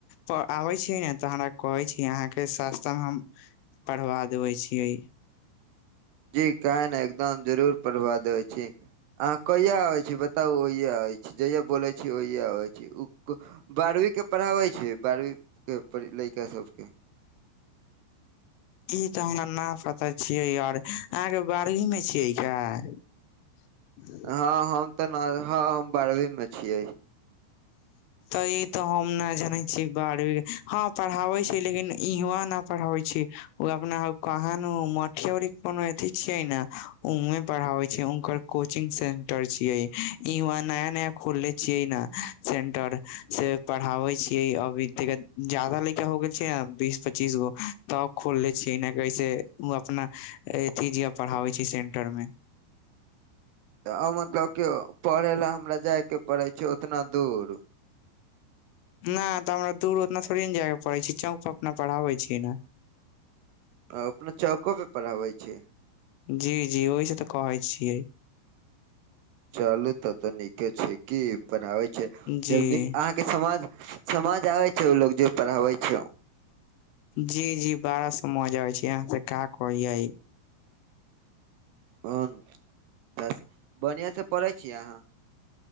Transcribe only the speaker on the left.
प आबै छीय ने तऽ हमरा कहै छीय अहाँके सस्तामे हम पढ़बा देबे छियै।
ई तऽ हमरा ना पता छियै यार अहाँके बारहवीं में छियै क? <inaudible>
तऽ ई तऽ हम ना जानै छीयै बारहवीं के हाँ पढ़ाबै छै लेकिन इहवां न पढ़ाबै छै। ओ अपना ऊ कहानु <unintelligible> कोनो एथी छियै ने उहें पढ़ाबै छै उनकर कोचिंग सेंटर छियै इहवां नया नया खोलले छियै न सेंटर से पढ़ाबै छियै अभी तनिका ज्यादा लड़का हो गेल छैय ने बीस पच्चीस गो तब खोलले छियैऐ ना कि ऐसे ओ अपना एथी जिया पढ़ाबै छियै सेंटर मे
ना तऽ हमरा दूर उतना थोड़े ने जाय के पड़े छैय चौक पर अपना पढ़ाबे छीयै ना।
जी जी ओहि से तऽ कहै छियै।
जी
जी जी बाडा समझ आबै छैय अहाँ से का कहियै